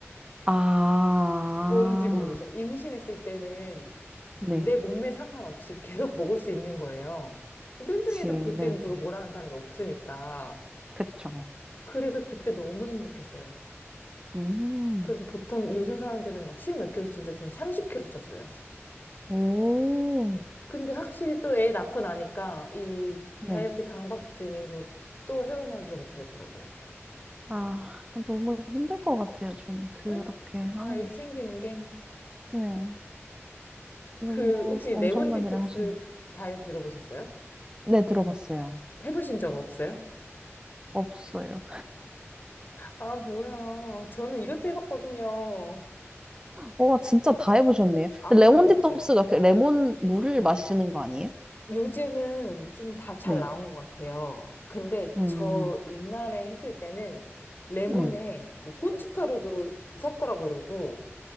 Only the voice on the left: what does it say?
뭔지 모르죠. 임신했을 때는
내 몸매 상관없이 <laughs> 계속 먹을 수 있는 거예요. 뚱뚱해도
그때는
누가 뭐라 하는 사람이 없으니까.
그래서 그때 너무 행복했어요.
그래서 보통 요즘 사람들은 막 10 몇 킬로 찌는데 저는 30킬로 쪘어요.
근데 확실히 또 애 낳고 나니까 이
다이어트 강박증에서 또 헤어나오지를 못하겠더라고요.
응?
아, 이렇게 생기는
게.
그, 혹시
레몬 디톡스
다이어트 들어보셨어요?
해보신 적 없어요?
아, 뭐야. 저는 이것도 해봤거든요.
안
해본 거 없어요.
요즘은 좀 다 잘
나온 것 같아요. 근데
저 옛날에 했을 때는 레몬에
뭐 고춧가루도 섞으라고 그러고,